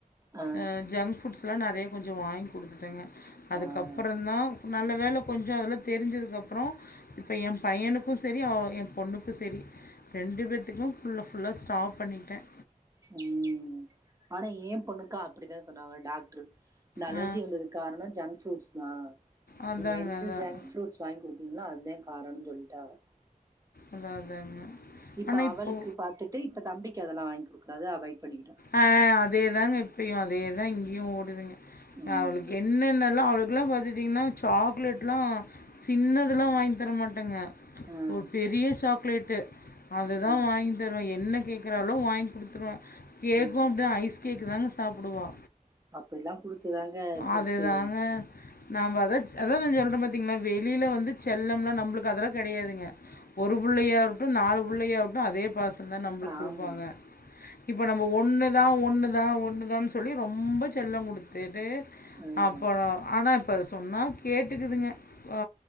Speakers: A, on the right; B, on the left.
A: ஆ ஆ
B: அ ஜங்க் ஃபுட்ஸ்லா நெறைய கொஞ்சம் வாங்கி குடுத்துட்டங்க அதுக்கப்பறம்
A: ம்
B: தான் நல்ல வேல கொஞ்சோ அதலா தெரிஞ்சதுக்கப்பறம் இப்போ என் பையனுக் க்கும் செரி என் பொண்ணுக்கு செரி ரெண்டு பேத்துக்கும் ஃபுல்ல ஃபுல்லா ஸ்டாப் பண்ணிட்டேன்
A: ம் ஆனா ஏன் பொண்ணுக்கு அப்டி தா சொன்னாங்க டாக்ட்ரு இந்த அலர்ஜி
B: அ
A: வந்தது காரணம் ஜங்க் ஃபுட்ஸ் தா
B: அதாங்க
A: நீங்க எந்த
B: அதான்.
A: ஜங்க் ஃப்ரூட்ஸ் வாங்கி குடுத்தீங்களோ அதுதா காரணனு சொல்ட்டாங்க
B: அதா அதாங்க
A: இப்ப
B: ஆனா
A: அவளுக்கு
B: இப்போ
A: பாத்துட்டு இப்ப தம்பிக்கு அதெல்லா வாங்கி கொடுக்கறத அவாய்ட் பண்ணிட்டே
B: அ அதேதாங்க இப்பயு அதே தா இங்கயு ஓடுதுங்க
A: ம்
B: அவளுக் என்னன்னல்லா அவளுக்குல்லா பாத்துட்டீங்ன்னா சாக்லேட்லா சின்னதுலா வாங்கி தரமாட்டேங்க
A: ம்
B: ஒரு பெரிய சாக்லேட்டு அததா
A: ம்
B: வாங்கி தருவே என்ன கேக்குறாலோ வாங்கி குடுத்துருவன் கேக்கும்
A: ம்
B: அப்டிதா ஐஸ் கேக் தாங்க சாப்டுவா
A: அப்டிலா குடுத்து தாங்க போச்சி
B: அதுதாங்க நாம அதா அதான் நா சொல்றன் பாத்தீங்கன்னா வெளியில வந்து செல்லம்னா நம்ளுக்கு அதெல்லா கெடையாதுங்க ஒரு புள்ளையாவுட்டு நாலு புள்ளையாவுட்டு அதே பாசந்தா நம்மளுக்கு குடுப்பாங்க
A: ஆமா
B: இப்ப நம்ம ஒண்ணுதா ஒண்ணுதா ஒண்ணுதான்னு சொல்லி ரொம்ப செல்லம் குடுத்துட்டு
A: ம்
B: அப்பறோம் ஆனா இப்ப சொன்னா கேட்டுக்குதுங்க அ